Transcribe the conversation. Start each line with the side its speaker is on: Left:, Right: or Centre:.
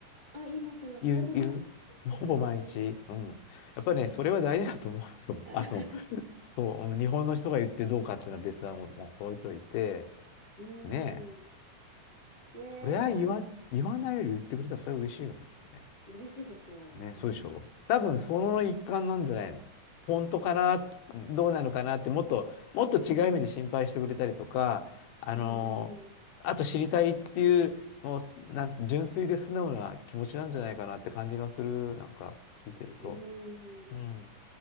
Right: あ、言います、言います。
Left: 言う、
Right: ほぼ毎日言ってくれる。
Left: 言うまあほぼ毎日。うん。やっぱりね、
Right: はい。
Left: それは大事だと思うよ。
Right: <laughs>
Left: <laughs> あの、そう、うん日本の人が言ってどうかっていうのは別段もう置いといて、
Right: うーん。
Left: ねえ、
Right: ねえ、
Left: それは言わ、
Right: なんか、
Left: 言わないより言ってくれたらそれは嬉しいよね、きっとね。
Right: 嬉しいですよ。
Left: ね、そうでしょ。
Right: うん。
Left: 多分その一環なんじゃないの。本当かな、どうなのかなって、もっと、もっと違う意味で心配してくれたりとか、
Right: うん、
Left: あのあと知りたいっていう、
Right: うん、うん。
Left: もうすなん、純粋で素直な気持ちなんじゃないかなって感じがする、なんか聞いてると。
Right: うん。
Left: うん、